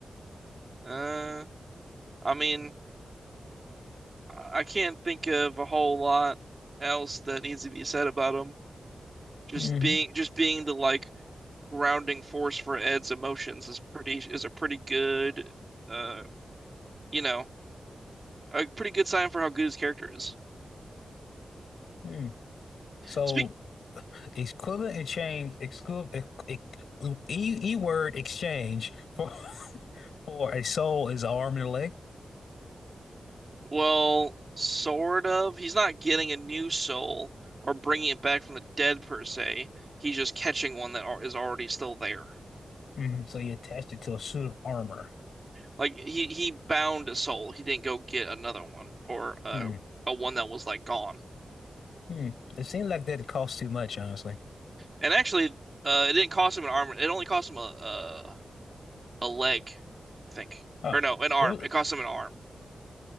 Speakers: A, on the right (about 25°); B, on the left (about 85°).
A: Uh I mean I I can't think of a whole lot else that needs to be said about him. Just
B: hmm
A: being just being the like grounding force for Ed's emotions is pretty is a pretty good uh you know a pretty good sign for how good his character is.
B: Hmm. So
A: Speak
B: equivalent exchange exclu e, e word exchange for <laughs> for a soul is an arm and a leg.
A: well, sort of. He's not getting a new soul or bringing it back from the dead per se. He's just catching one that is already still there.
B: Mhm. So you attached it to a suit of armor.
A: Like he he bound a soul. He didn't go get another one or uh,
B: Hmm.
A: a one that was like gone.
B: Hmm. It seemed like that cost too much, honestly.
A: And actually, uh, it didn't cost him an arm. It only cost him a, a a leg, I think.
B: Oh,
A: Or no, an arm.
B: What was,
A: It cost him an arm.